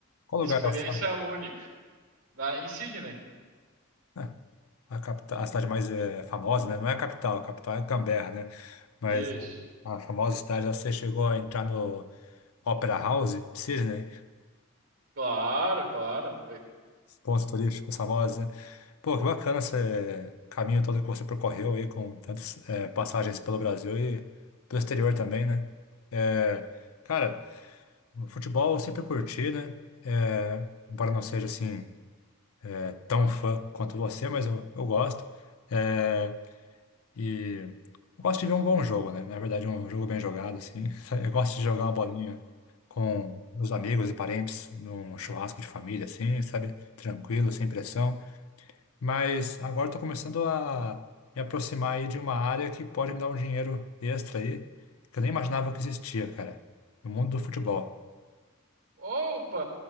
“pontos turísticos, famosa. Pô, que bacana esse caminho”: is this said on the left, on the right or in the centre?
Left